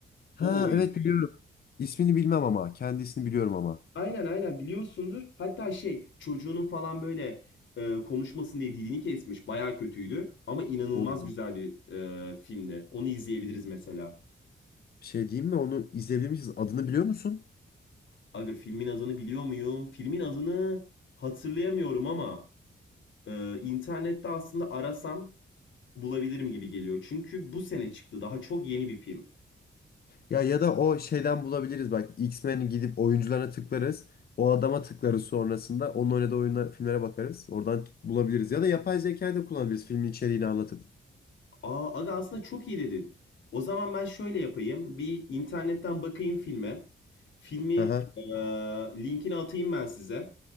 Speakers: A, on the left; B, on the left.
A: Ha
B: O oynuyor.
A: evet biliyorum. İsmini bilmem ama kendisini biliyorum ama.
B: Aynen aynen biliyorsundur. Hatta şey çocuğunun falan böyle e, konuşmasın diye dilini kesmiş. Bayağı kötüydü. Ama inanılmaz
A: Oo.
B: güzel bir e, filmdi. Onu izleyebiliriz mesela.
A: Şey diyeyim mi onu izleyebilmişiz. Adını biliyor musun?
B: Aga filmin adını biliyor muyum? Filmin adını hatırlayamıyorum ama e, internette aslında arasam bulabilirim gibi geliyor. Çünkü bu sene çıktı. Daha çok yeni bir film.
A: Ya ya da o şeyden bulabiliriz bak. X-Men gidip oyuncularına tıklarız. O adama tıklarız sonrasında. Onun oynadığı oyunlar, filmlere bakarız. Oradan bulabiliriz. Ya da yapay zekayı da kullanabiliriz filmin içeriğini anlatıp.
B: Aa, aga aslında çok iyi dedin. O zaman ben şöyle yapayım. Bir internetten bakayım filme. Filmi
A: Aha,
B: eee, linkini atayım ben size.